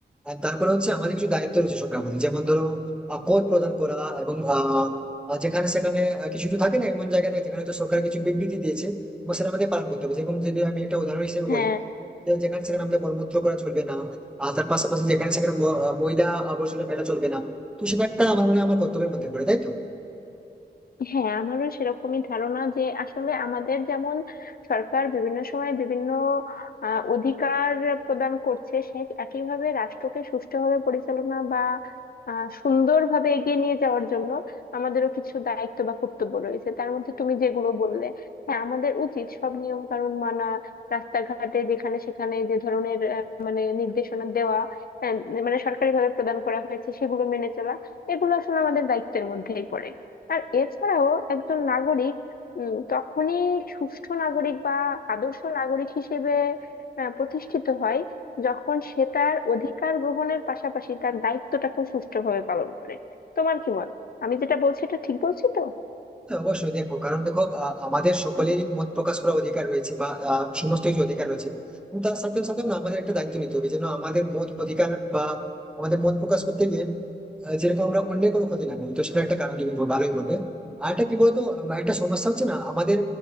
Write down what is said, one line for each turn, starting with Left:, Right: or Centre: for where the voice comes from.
Centre: আর তারপরে হচ্ছে আমাদের কিছু দায়িত্ব রয়েছে সরকার প্রতি যেমন ধরো আহ, কর প্রদান করা এবং আহ, আহ, যেখানে সেখানে আহ, কিছু কিছু থাকে না এমন জায়গা থাকে যেখানে তো সরকার কিছু বিবৃতি দিয়েছে এবং সেটা আমাকে পালন করতে হবে যেরকম যদি আমি একটা উদাহরণ হিসেবে
Left: হ্যাঁ
Centre: বলি যে যেখানে সেখানে আমাদের মলমূত্র করা চলবে না আর তার পাশাপাশি যেখানে সেখানে ম- আহ, ময়লা আবর্জনা ফেলা চলবে না তো সেটা একটা আমার মনে হয় আমার কর্তব্যের মধ্যে পড়ে তাই তো
Left: হ্যাঁ আমারও সেরকমই ধারণা যে আসলে আমাদের যেমন সরকার বিভিন্ন সময় বিভিন্ন আহ, অধিকার প্রদান করছে সে একইভাবে রাষ্ট্রকে সুষ্ঠুভাবে পরিচালনা বা আহ, সুন্দরভাবে এগিয়ে নিয়ে যাওয়ার জন্য আমাদেরও কিছু দায়িত্ব বা কর্তব্য রয়েছে তার মধ্যে তুমি যেগুলো বললে হ্যাঁ আমাদের উচিত সব নিয়ম কানুন মানা রাস্তাঘাটে যেখানে সেখানে যে ধরনের আহ, মানে নির্দেশনা দেওয়া আহ, মানে সরকারিভাবে প্রদান করা হয়েছে সেগুলো মেনে চলা এগুলো আসলে আমাদের দায়িত্বের মধ্যেই পড়ে আর এছাড়াও একজন নাগরিক উম, তখনই সুষ্ঠু নাগরিক বা আদর্শ নাগরিক হিসেবে আহ, প্রতিষ্ঠিত হয় যখন সে তার অধিকার গ্রহণের পাশাপাশি তার দায়িত্বটাকেও সুষ্ঠুভাবে পালন করে তোমার কি মত আমি যেটা বলছি এটা ঠিক বলছি তো
Centre: হ্যাঁ, অবশ্যই দেখো কারণ দেখো আহ, আমাদের সকলেরই মত প্রকাশ করার অধিকার রয়েছে বা আহ, সমস্ত কিছু অধিকার রয়েছে কিন্তু তার সাথে সাথে না আমাদের একটা দায়িত্ব নিতে হবে যেন আমাদের মত অধিকার বা আমাদের মত প্রকাশ করতে গিয়ে আহ, যেরকম আমরা অন্য কোনো ক্ষতি না করি তো সেটা একটা কারণ তুমি বল- ভালোই বলবে আর একটা কি বলতো আহ, একটা সমস্যা হচ্ছে না আমাদের